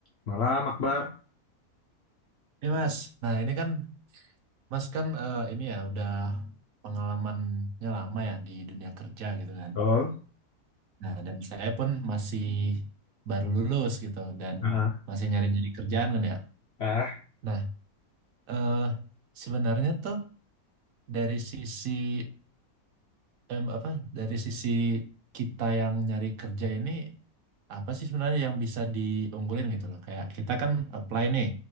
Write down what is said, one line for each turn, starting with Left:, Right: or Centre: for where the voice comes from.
Left: Malam, Akbar.
Right: Ini Mas, nah ini kan Mas kan eh, ini ya udah pengalamannya lama ya di dunia kerja gitu kan.
Left: Betul.
Right: Nah dan saya pun masih baru lulus gitu dan
Left: Ah,
Right: masih nyari-nyari kerjaan kan ya.
Left: Ah,
Right: Nah eh, sebenarnya tuh dari sisi em, apa dari sisi kita yang nyari kerja ini apa sih sebenarnya yang bisa diunggulin gitu loh. Kayak kita kan apply nih,